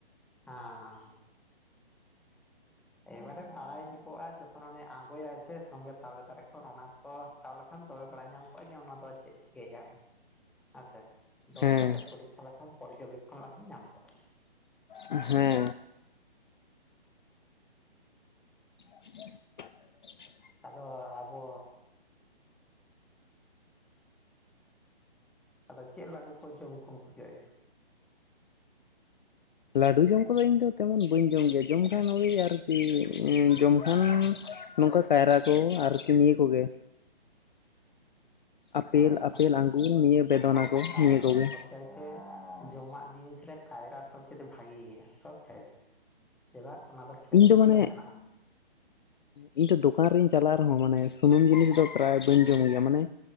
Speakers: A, in the centre; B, on the left.
A: ᱦᱟᱸ ᱮᱵᱟᱨᱮ ᱯᱟᱲᱟᱭ ᱧᱚᱯᱚᱜᱼᱟ ᱡᱚᱠᱷᱚᱱ ᱚᱱᱮ ᱟᱸᱜᱟᱭ ᱥᱮ ᱥᱚᱸᱜᱮ ᱛᱟᱞᱮ ᱫᱟᱨᱮ ᱠᱷᱚᱱ ᱚᱱᱟ ᱠᱚ ᱦᱟᱛᱟᱣ ᱞᱮᱠᱷᱟᱱ ᱛᱚᱵᱮ ᱵᱟᱲᱟᱭ ᱧᱟᱢ ᱠᱚᱜᱼᱟ ᱡᱮ ᱚᱱᱟ ᱫᱚ ᱪᱮᱫ ᱪᱤᱠᱟᱹᱭᱮᱜᱼᱟ ᱦᱮᱸᱥᱮ ᱫᱚᱦᱚ
B: ᱦᱮᱸ
A: ᱠᱟᱛᱮ ᱯᱚᱨᱤᱠᱠᱷᱟ ᱞᱮᱠᱷᱟᱱ ᱯᱚᱨᱡᱚᱵᱮᱠᱠᱷᱚᱱ ᱞᱮᱠᱷᱟᱱ ᱧᱟᱢ ᱠᱚᱜᱼᱟ
B: ᱦᱮᱸ <inaudible>
A: ᱟᱫᱚ ᱟᱵᱚ ᱟᱫᱚ ᱪᱮᱫ ᱞᱟᱹᱰᱩ ᱠᱚ ᱡᱚᱢ ᱠᱚᱢ ᱠᱩᱥᱤᱭᱟᱜ ᱜᱮᱭᱟ?
B: ᱞᱟᱹᱰᱩ ᱡᱚᱢ ᱠᱚᱫᱚ ᱤᱧᱫᱚ ᱛᱮᱢᱚᱱ ᱵᱟᱹᱧ ᱡᱚᱢ ᱜᱮᱭᱟ ᱡᱚᱢᱠᱷᱟᱱ ᱳᱭ ᱟᱨᱠᱤ ᱡᱚᱢᱠᱷᱟᱱ ᱱᱚᱝᱠᱟ ᱠᱟᱭᱨᱟ ᱠᱚ ᱟᱨᱠᱤ ᱱᱤᱭᱟᱹ ᱠᱚᱜᱮ ᱟᱯᱮᱞ
A: ᱦᱳᱭ
B: ᱟᱯᱮᱞ ᱟᱜᱩᱨ ᱱᱤᱭᱟᱹ ᱵᱮᱫᱚᱱᱟ
A: ᱦᱳᱭ
B: ᱠᱚ
A: ᱠᱟᱭ
B: ᱱᱤᱭᱟᱹ ᱠᱚᱜᱮ
A: ᱥᱚᱵ ᱪᱟᱭᱛᱮ ᱡᱚᱢᱟᱜ ᱡᱤᱱᱤᱥ ᱨᱮ ᱠᱟᱭᱨᱟ ᱥᱚᱵ ᱪᱟᱭᱛᱮ ᱵᱷᱟᱜᱮ ᱜᱮᱭᱟ ᱥᱚᱵ ᱪᱟᱭᱛᱮ ᱪᱮᱫᱟᱜ ᱚᱱᱟ ᱫᱚ ᱠᱮᱞᱥᱤᱭᱟᱢ
B: ᱤᱧ ᱫᱚ ᱢᱟᱱᱮ
A: ᱢᱮᱱᱟᱜᱼᱟ
B: ᱤᱧ ᱫᱚ ᱫᱚᱠᱟᱱ ᱨᱤᱧ ᱪᱟᱞᱟᱜ ᱨᱮᱦᱚᱸ ᱢᱟᱱᱮ ᱥᱩᱱᱩᱢ ᱡᱤᱱᱤᱥ ᱫᱚ ᱯᱨᱟᱭ ᱵᱟᱹᱧ ᱡᱚᱢ ᱜᱮᱭᱟ ᱢᱟᱱᱮ